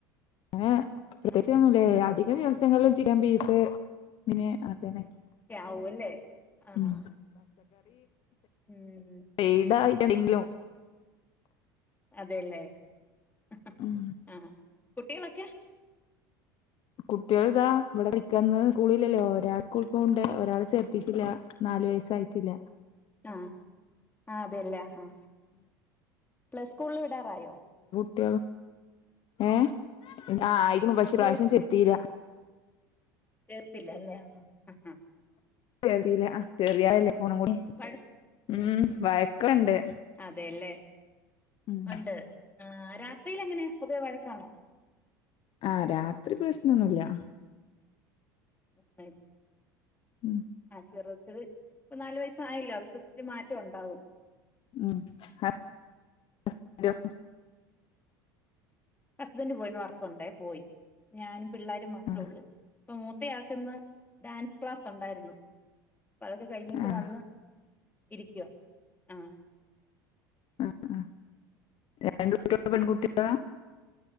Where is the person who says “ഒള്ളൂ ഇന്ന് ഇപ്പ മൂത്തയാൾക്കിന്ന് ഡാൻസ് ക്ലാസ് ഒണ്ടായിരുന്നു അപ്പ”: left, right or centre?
Left